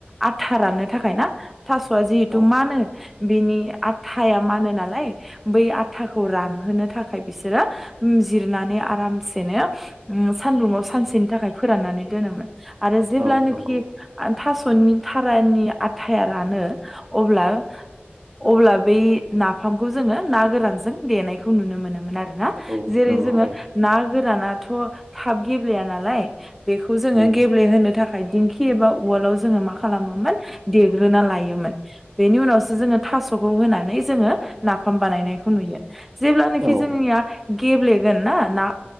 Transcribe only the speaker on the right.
औ
औ नंगौ
औ
नंगौ
उम
उम
औ